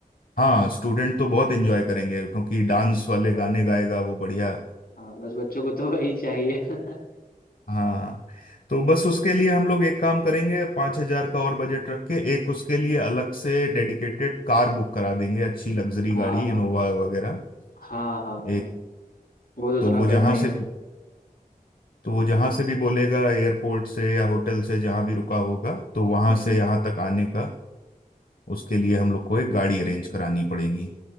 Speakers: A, on the left; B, on the left.
A: हाँ स्टूडेंट तो बहुत एंजॉय करेंगे क्योंकि डांस
B: हम्म
A: वाले
B: वही
A: गाने
B: वही
A: गाएगा वो बढ़िया
B: हाँ बस बच्चों को तो वही चाहिए <laughs> हाँ
A: हाँ तो बस उसके लिए हम लोग एक काम करेंगे पाँच हजार का और बजट रख के एक उसके लिए अलग से डेडिकेटेड कार बुक करा देंगे अच्छी लग्जरी
B: हाँ
A: गाड़ी इनोवा वगैरह
B: हाँ हाँ
A: एक
B: हाँ वो तो
A: तो
B: थोड़ा
A: वो
B: करना
A: जहाँ
B: ही
A: से
B: होगा
A: भी तो वो जहाँ से भी बोलेगा एयरपोर्ट से या होटल से जहाँ भी रुका होगा तो वहाँ
B: हम्म,
A: से यहाँ तक आने का उसके लिए हम लोग को एक गाड़ी अरेंज करानी पड़ेगी